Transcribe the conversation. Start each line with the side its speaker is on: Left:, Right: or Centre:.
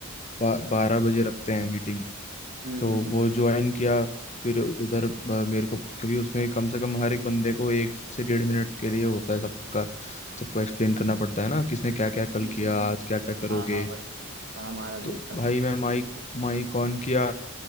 Left: बा, बारह बजे रखते हैं मीटिंग
Right: हम्म
Left: तो
Right: हम्म हम्म
Left: वो ज्वाइन किया फिर उधर अ, मेरे को क्योंकि उसमें कम से कम हर एक बंदे को एक से डेढ़ मिनट के लिए होता है सबका सबको एक्सप्लेन करना पड़ता है ना किसने क्या क्या कल
Right: हम्म, हम्म,
Left: किया
Right: हम्म।
Left: आज क्या क्या करोगे
Right: हाँ हाँ भाई हाँ हमारा भी
Left: तो
Right: होता
Left: भाई मैं माइक माइक ऑन किया